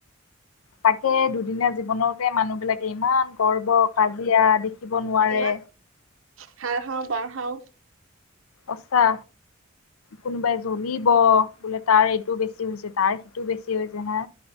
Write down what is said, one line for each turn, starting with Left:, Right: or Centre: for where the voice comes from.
Left: তাকে দুদিনীয়া জীৱনতে মানুহ বিলাক ইমান গৰ্ব কাজিয়া দেখিব নোৱাৰে।
Right: ইমান হাৰ হাও বাৰ হাও।
Left: অচা কোনোবাই জ্বলিব বোলে তাৰ এইটো বেছি হৈছে তাৰ সিটো বেছি হৈছে হা